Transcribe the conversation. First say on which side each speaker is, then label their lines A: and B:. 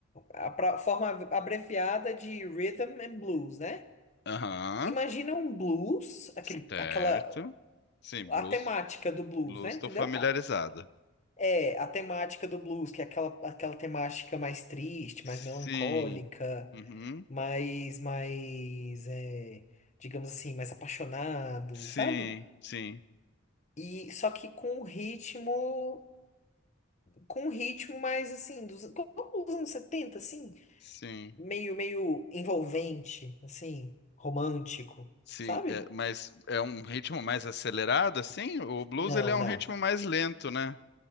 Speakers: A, on the left; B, on the left.
A: a pra- forma abreviada de Rhythm and Blues, né?
B: Aham,
A: Imagina um blues, aquele,
B: certo.
A: aquela,
B: Sim,
A: a
B: blues.
A: temática do blues,
B: Blues,
A: né? Entendeu?
B: tô familiarizado.
A: A- É, a temática do blues, que é aquela, aquela temática mais triste,
B: Sim.
A: mais melancólica,
B: Uhum.
A: mais, mais, é, digamos assim, mais apaixonado,
B: Sim,
A: sabe?
B: sim,
A: E só que com um ritmo com um ritmo mais assim, dos, como os anos 70 assim,
B: sim.
A: meio, meio envolvente, assim, romântico,
B: Sim,
A: sabe?
B: é, mas é um ritmo mais acelerado, assim? O blues,
A: Não,
B: ele é um
A: não.
B: ritmo mais lento, né?